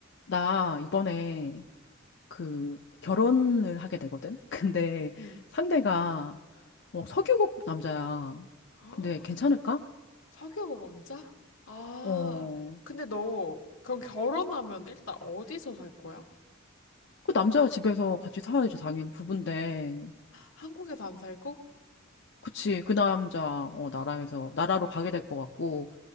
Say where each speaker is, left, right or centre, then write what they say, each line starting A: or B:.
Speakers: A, on the left; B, on the left.
A: 나 이번에 그 결혼을 하게 되거든? <laughs> 근데
B: 응.
A: 상대가 어, 석유국 남자야.
B: <gasps> 허,
A: 근데 괜찮을까?
B: 사교 왕자? 아,
A: 어,
B: 근데 너 그럼 결혼하면 일단 어디서 살 거야?
A: 그 남자 집에서 같이 살아야지, 당연히 부부인데.
B: 한국에서 안 살고?
A: 그치, 그 남자, 어, 나라에서, 나라로 가게 될 것 같고,